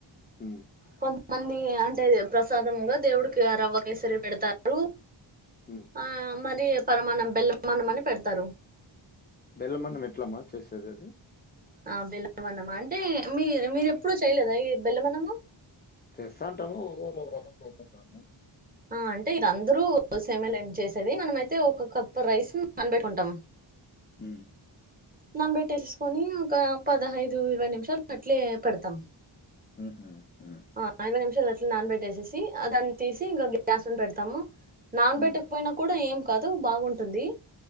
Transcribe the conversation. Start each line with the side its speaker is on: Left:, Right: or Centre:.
Left: హ్మ్.
Right: కొంతమంది అంటే ప్రసాదమ్గా దేవుడికి రవ్వ కేసరి పెడుతారు
Left: హ్మ్.
Right: ఆ మరి పరమానం బెల్లమన్న మని పెడుతారు
Left: బెల్లమనం ఏట్లమ్మా చేసేది అది
Right: ఆ బెల్లమన్నమా అంటే మీ మీర ఎప్పుడూ చేయలేదా ఈ బెల్లమన్నమూ
Left: చేస్తాంటాము ఒగోగరు ఒకో రకం చేస్తంటారని
Right: ఆ అంటే అందరూ సేమెలేండి చేసేది మనమైతే ఒక కప్పు రైస్ కనిపెట్టుకుంటాం
Left: మ్మ్
Right: నంబెట్టేసేసుకొని ఒక పదహైదు ఇరవై నిమీషాలు అట్లే పెడుతాం
Left: హుహు. హ్మ్.
Right: ఆ ఇరవై నిమిషాలు అట్లే నానబెట్టేసేసి దాన్ని తీసి ఇంకా గ్యాస్ను పెడుతాము నాన్బేట్టకపోయినా
Left: హ్మ్.
Right: కూడా ఏం కాదు బాగుంటుంది